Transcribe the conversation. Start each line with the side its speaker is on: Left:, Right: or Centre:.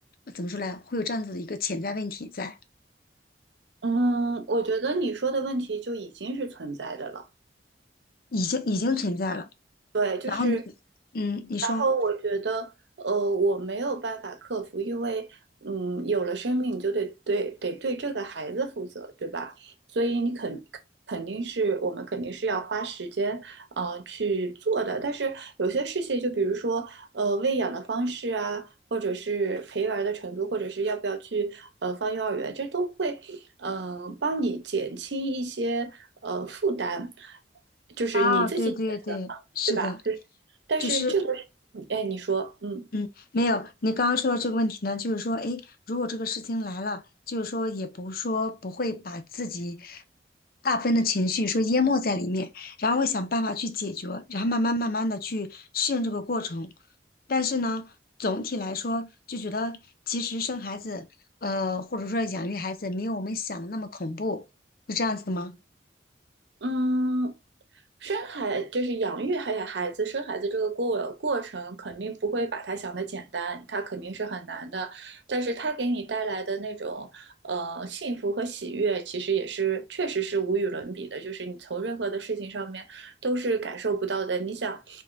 Left: 怎么说来，会有这样子的一个潜在问题在，
Right: 嗯，我觉得你说的问题就已经是存在的了。
Left: 已经已经存在了。
Right: 对，就是。
Left: 然后你，嗯，你说
Right: 然后我觉得，呃，我没有办法克服，因为，嗯，有了生命，你就得对得对这个孩子负责，对吧？所以你肯肯定是我们肯定是要花时间，呃，去做的。但是有些事情，就比如说，呃，喂养的方式啊，或者是陪玩儿的程度，或者是要不要去呃放幼儿园，这都会，嗯、呃帮你减轻一些呃负担，就是你自己选择嘛，
Left: 啊，对对对，是的，
Right: 对吧？就是但是这个。
Left: 就是
Right: 哎，你说，嗯
Left: 嗯，没有。你刚刚说的这个问题呢，就是说，诶，如果这个事情来了，就是说，也不说不会把自己大部分的情绪说淹没在里面，然后会想办法去解决，然后慢慢慢慢的去适应这个过程。但是呢，总体来说，就觉得其实生孩子，呃，或者说养育孩子，没有我们想的那么恐怖，是这样子的吗？
Right: 嗯。生孩就是养育孩孩子、生孩子这个过过程，肯定不会把它想的简单，它肯定是很难的。但是它给你带来的那种呃幸福和喜悦，其实也是确实是无与伦比的。就是你从任何的事情上面都是感受不到的。你想，